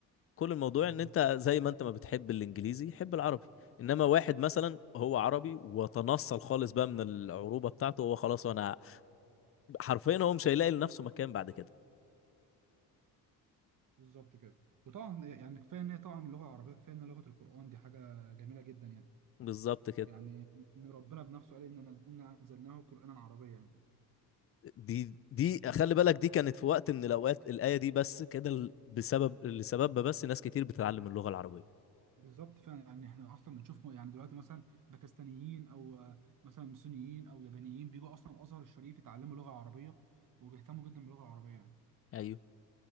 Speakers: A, on the left; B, on the right.
A: كل الموضوع
B: تمام.
A: ان انت زي ما انت ما بتحب الانجليزي حب العربي انما واحد مثلا هو عربي وتنصل خالص بقى من العروبه بتاعته هو خلاص وانا حرفيا هو مش هيلاقي لنفسه مكان بعد كده
B: بالظبط كده وطبعا يعني كفايه ان هي طبعا اللغه العربيه كفايه ان لغه القرآن دي حاجه جميله جدا يعني
A: بالظبط كده
B: يعني ان ربنا بنفسه قال ان نز- انا انزلناه قرانا عربيا يعني
A: دي دي خلي بالك دي كانت في وقت من الاوقات الايه دي بس كده ل- بسبب لسببها بس ناس كتير بتتعلم اللغه العربيه
B: بالظبط فعلا يعني احنا اصلا بنشوف م- يعني دلوقتي مثلا باكستانيين او آه، مثلا صينيين او يابانيين بيجوا اصلا الازهر الشريف يتعلموا لغه عربيه وبيهتموا جدا باللغه العربيه يعني
A: ايوه